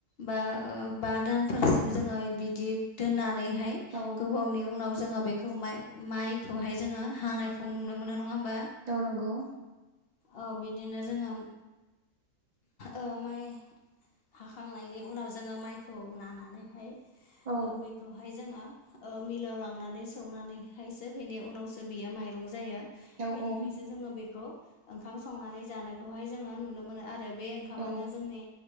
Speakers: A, on the left; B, on the right.
A: बा ओ बा दान फोरसिम जोंङो बिदि दोननानैहाय
B: औ
A: गोबावनि उनाव जोंङो बेखौ माइ माइखौहाय जोंङो हानायखौ नुनो मोनो नंङा होमबा?
B: औ नंगौ
A: औ बिदिनो जोंङो ओ माइ हाखांनायनि उनाव जोंङो माइखौ नाना नानैहाय
B: औ
A: बेखौहाय जोंङो मिलाव लांनानै सौनानै फ्रायसो बेनि उनावसो बियो माइरं जायो।
B: औ
A: बेनिफ्रायसो
B: औ
A: जोंङो बेखौ ओंखाम संनानै जानायखौहाय जोंङो नुनो मोनो आरो बे ओंखामानो
B: औ
A: जोंनि